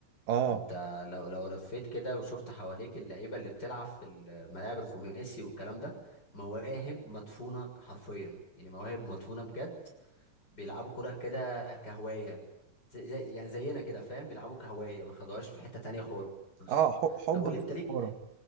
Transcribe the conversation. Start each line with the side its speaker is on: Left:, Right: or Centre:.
Right: اه
Left: انت لو لو لفيت كده وشفت حواليك اللعيبة اللي بتلعب في الملاعب الخماسي والكلام ده مواهب مدفونة حرفيا يعني مواهب مدفونة بجد بيلعبوا كرة كده كهواية زي زي- يعني زينا كده فاهم بيلعبوا كهواية ما خدوهاش في حتة تانية خالص
Right: اه ح- حبا
Left: طب قول لي
Right: في
Left: انت
Right: الكوره
Left: ليك